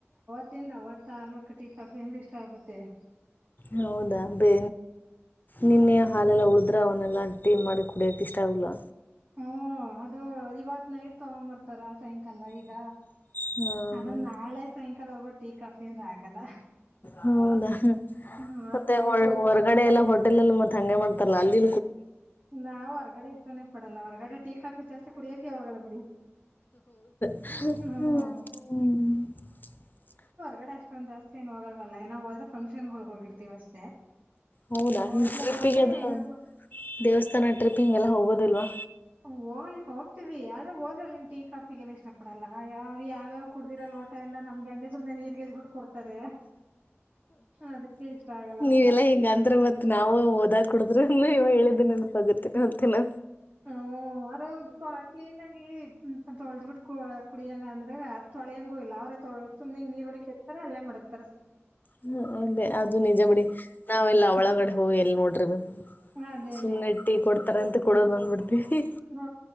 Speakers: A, on the right; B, on the left.
A: ತ್ತಿಂದ ಅವತ್ತಿಂದ ಹಲೂ ಕಟಿ ಕಾಫಿಯಿಂದ ಇಷ್ಟ ಆಗ್ಬಿಟ್ಟಿದೆ
B: ಹೌದಾ ಬ ನಿನ್ನೆಯ ಹಾಲೆಲ್ಲ ಊಳ್ದ ಅ್ರ ಅವನ್ನೆಲ್ಲಾ ಟೀ ಮಾಡಿ ಕುಡಿಯಕ್ ಇಷ್ಟ ಆಗ್ಲೂ
A: ಹಓ ಅದು ಇವತ್ ನೈಟ್ ತಗೊಂಬರ್ತಾರ ಸಾಯಂಕಾಲ ಈಗ
B: ಹಾಂ
A: ಅದಂದ
B: ಹೌದು
A: ನಾಳೆ ಸಾಯಂಕಾಲವರೆಗೂ ಟೀ ಕಾಫಿನ್ ಆಗಲ್ಲ
B: ಹೌದಾ
A: ಹ್ಮ್
B: ಮತ್ತೆ
A: ಕುಡಿಯೋದು ಇಲ್ಲ
B: ಹೊರಗಡೆ ಎಲ್ಲ ಹೋಟೆಲ್ಲ್ ಮತ್ತೆ ಹಂಗೆ ಮಾಡ್ತಾರಲ್ಲ ಅಲ್ಲಿ
A: ನಾವ್ ಹೊರ್ಗಡೆ ಇಷ್ಟಾನೇ ಪಡಲ್ಲ ಹೊರ್ಗಡೆ ಕಾಫಿ ಜಾಸ್ತಿ ಕುಡಿಯಕೆ ವಾಗಲ್ಲ ಬಿಡಿ
B: ಹ್ಮ
A: ಹ್ಮ್ ಕಡೆ ಅಷ್ಟೊಂದ ಜಸ್ತಿ ಏ ಹೋಗಲ್ಲ್ಲ ಏ ಹೋದ್ರೆ ಫಕ್ಷನ್ಗಳ ಹೋಗಿರ್ತತಿವಿ ಅಷ್ಟೇ
B: ಹೌದಾ
A: ಹೋಟ್ಲಗ್
B: ಟ್ರಿಪ್ಪಿಗೆ
A: ಹೋದ್ರೆ
B: ಅದು
A: ಏನಾದ್ರು
B: ದೇವಸ್ಥಾನ ಟ್ರಿಪ್ ಹಿಂಗೆಲ್ಲ ಹೋಗೋದಿಲ್ವಾ
A: ಹ ಹೋಗ್ತೀವಿ ಹೋಗ್ತೀವಿ ಹೋದ್ರೆ ಅಲ್ಲಿ ಟೀ ಕಾಫಿಗೆಲ್ಲ ಇಷ್ಟ್ ಇಷ್ಟಪಡಲ್ಲ ಯಾವ ಯಾವ್ಯಾವ್ ಕುಡ್ದಿರ ಲೋಟ ಎಲ್ಲ ನಮ್ಗೆ ಹಂಗೆ ಸುಮ್ನೆ ನೀರ್ಗೆ ಎಡ್ಜ್ ಬಿಟ್ಟು ಕೊಡ್ತಾರೆ ಅದಕ್ಕೆ ಇಷ್ಟ ಆಗಲ್ಲ ಅವೆಲ್ಲ
B: ನೀವೆಲ್ಲಾ ಹಿಂಗಂದ್ರ ಮತ್ ನಾವ ಹೋದ ಇ ಇವ ಹೇಳಿದ್ದನೆ ನೆನಪು ಆಗುತ್ತೆ ಮತ್ತೆನಾ
A: ಹ ಅವರು ಕ್ಲೀನಾಗಿ ತೊಳ್ದ್ ಬಿಟ್ಟ್ ಕೂ ಕುಡಿಯನ ಅಂದ್ರೆ ಅ ತೊಳೆಂಗು ಇಲ್ಲ ಅವ್ರೇುನೆಗ್ ನೀರುಳಿ ಎಚ್ ತಾರೆ ಅಲ್ಲೆ ಮಾಡುತ್ತೆ
B: ಹ್ಮ ಒಂದೇ ಅದು ನಿಜ ಬಿಡಿ ನಾವೆಲ್ಲ ಒಳಗಡೆ ಹೋಗಿ ಎಲ್ಲಿ ನೋಡ್ರಿ ಬಿ
A: ಅದೇನೆ
B: ಸುಮ್ನೆ ಟೀ ಕೊಡ್ತಾರೆ ಅಂತ ಕೊಡೋದು ಬಂದ್ಬಿಡ್ತೀವಿ
A: ಹ